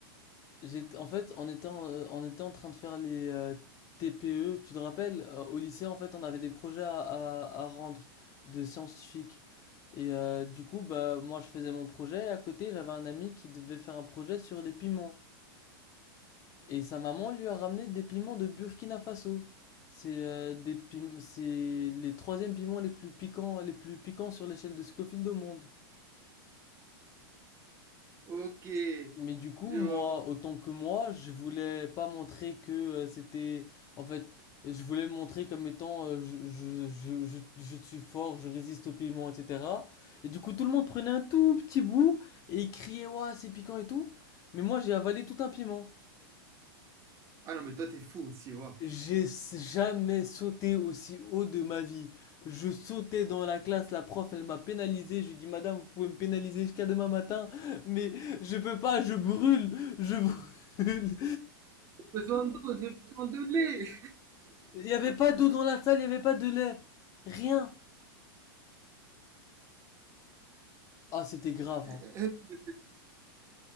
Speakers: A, on the left; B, on the right.
A: J'étais, en fait, on était en, euh, on était en train de faire les euh, TPE. Tu te rappelles, euh, au lycée, en fait, on avait des projets à, à- à rendre de scientifiques. Et euh, du coup, bah, moi, je faisais mon projet. Et à côté, j'avais un ami qui devait faire un projet sur les piments. Et sa maman lui a ramené des piments de Burkina Faso. C'est euh, des pim- c'est les troisièmes piments les plus piquants, les plus piquants sur l'échelle de Scofield au monde.
B: Ok,
A: Mais du coup,
B: je
A: moi,
B: vois.
A: autant que moi, je voulais pas montrer que euh, c'était... En fait, je voulais me montrer comme étant euh, je, je, je, je, je suis fort, je résiste au piment, etc. Et du coup, tout le monde prenait un tout petit bout et il criait, Ouah, c'est piquant et tout. Mais moi, j'ai avalé tout un piment.
B: Ah non, mais toi, t'es fou aussi, waouh.
A: J'ai s- jamais sauté aussi haut de ma vie. Je sautais dans la classe, la prof, elle m'a pénalisé. Je lui ai dit, Madame, vous pouvez me pénaliser jusqu'à demain matin, mais je peux pas, je brûle, je brûle.
B: J'ai besoin d'eau, j'ai besoin de lait.
A: <laughs> Il y avait pas d'eau dans la salle, il y avait pas de lait, rien. Ah, c'était grave, hein.
B: <laughs>